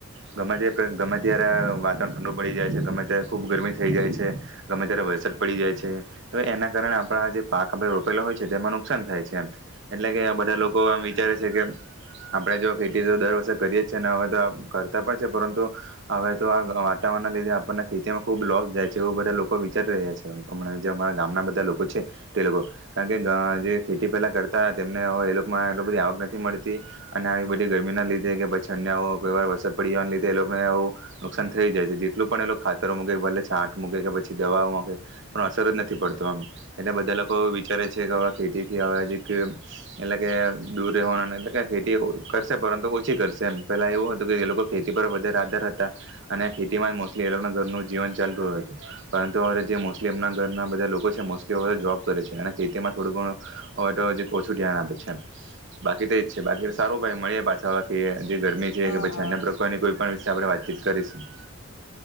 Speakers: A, on the right; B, on the left.
A: ગમે ત ગમે ત્યારે વાતાવરણ ઠંડુ પડી જાય છે ગમે ત્યારે ખુબ ગરમી થઇ જાય છે ગમે ત્યારે અર પડી જાય છે તો એના કારણે આપણા જે પાક આપણે રોપેલા હોય છે તેમાં નુકસાન થાય છે. એટલે કે બધા લોકો એમ વિચારે છે કે આપડે તો ખેતી તો દર વર્ષે કરીએ જ છે ને હવે તો કરતા પણ છે પરંતુ હવે તો આ વાટા ના લીધે આપણને ખેતીમાં ખુબ લોસ જાય છે એવું બધા લોકો વિચારી રહ્યા છે જે અમારા ગામના બધા લોકો છે. તે લોકોકો કારણ કે ગ જે ખેતી પેલા કરતા તેમને એમાં બધી આવક નથી મળતી અને આવી બધી ગરમી ના લીધે કેં ર વરસાદ પડી જવા લીધે એ લોકોનેું નુકસાન થઈ જાય છે જેટલું પણ એ લોકો ખાતર મૂકી ભલે છાંટૂ પછી દવા પણ અસર જ નથી પડતો આમ એટલે બધા લોકો એ વિચારે છે કે ખેતી થી હવેજી એટલે કે દૂર રહેવાના એટલે કે ખેતી કરશે પરંતુ ઓછી કરશે એમ પેલા એવું હતું કે એ લોકો ખેતી પર વધારે રાધાર હતા અને ખેતી માં મોસ્ટલી એ લોકો ઘરનું જીવન ચાલતું હતું. પરંતુ હ જેલી એમના ઘરના બધા લોકો છે મોસ્ટલી જોબ કરે છે અને ખેતીમાં થોડું ઘણું હવે તો હજી ઓછું ધ્યાન આપે છે બાકી તો એજ છે બાકી સારું ભાઈ મળી પાછા વા કે જે ગરમી છે
B: હા
A: કે પછી
B: હા
A: અન્ય પ્રકારની કોઈ પણ વિશે આપણે વાતચીત કરીશું <unintelligible>
B: હમ